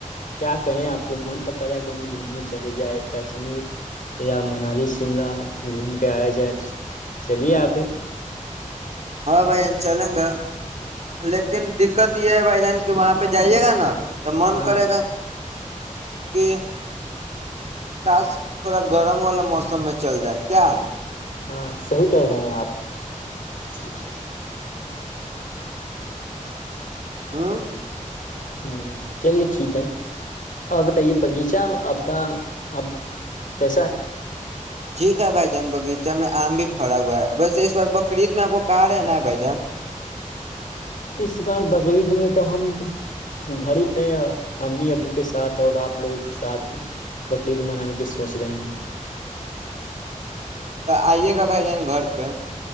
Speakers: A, on the left; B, on the right.
A: کیا کہیں آپ کو من تو کرا کہیں گھومنے چلے جائے کشمیر یا منالی شملہ گھوم کے آیا جائے چلیے ابھی
B: ہاں بھائی چلیں گا لیکن دقت یہ ہے بھائی جان کے وہاں پہ جائیے گا نا تو من
A: ہاں
B: کرے گا کہ کاش تھوڑا گرم والا موسم میں چل جائے کیا
A: ہاں صحیح کہہ رہے ہیں آپ جکرے
B: ہ
A: ہوں ہ چلیے ٹھیک ہے اور بتائیے باغیچہ آپ کا اب کیسا ہے
B: ٹھیک ہے بھائی جان بغیچہ میں آم بھی پڑا ہوا ہے ویسے اس بار بکرعید میں آپ کو کار ہےنا بائ جا
A: اس بار بقرعید میں تو ہم گھر ہی پہ امی ابو کے ساتھ اور آپ لوگوں کے ساتھ بقرعید منانے کے سوچ رہے ہیں
B: تو آئیے گا بھائی جان گھر پہ